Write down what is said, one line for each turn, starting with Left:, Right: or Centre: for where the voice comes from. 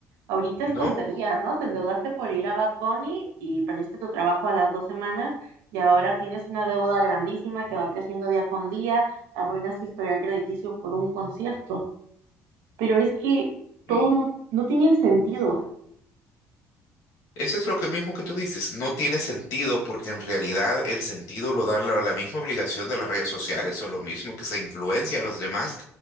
Right: Ahorita es
Left: No,
Right: tonterías, ¿no? Te endeudaste por ir a Bad Bunny y perdiste tu trabajo a las dos semanas y ahora tienes una deuda grandísima que va creciendo día con día, arruinas tu historial crediticio por un concierto. Pero es que
Left: y
Right: todo no, no tiene sentido,
Left: Eso es lo que mismo que tú dices, no tiene sentido porque en realidad el sentido lo da la, la misma obligación de las redes sociales o lo mismo que se influencia a los demás